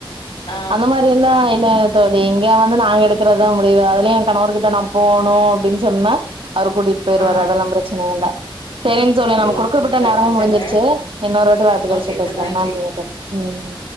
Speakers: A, on the left (about 65°); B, on the right (about 75°).
A: ஆ
B: அந்த மாரில்லா இல்ல தோழி இங்க வந்து நாங்க எடுக்குறதா முடிவு அதுலயு என் கணவர்கிட்ட நா போனு அப்டின் சொன்னா அவர் கூட்டிட்டு போயிருவார்
A: ஆ
B: அதெல்லா பிரச்சன இல்ல செரிங் தோழி நம்ம
A: ஓகேங்க
B: குடுக்கப்பட்ட
A: சார்
B: நேரமும்
A: வச்சறே
B: முடிஞ்சிருச்சு இன்னொரு வாட்டி வாய்ப்பு கெடைச்சா
A: ஓகே
B: பேசலா
A: சார் நன்றி
B: நன்றிங்க‌ தோழி
A: ஆ
B: ம்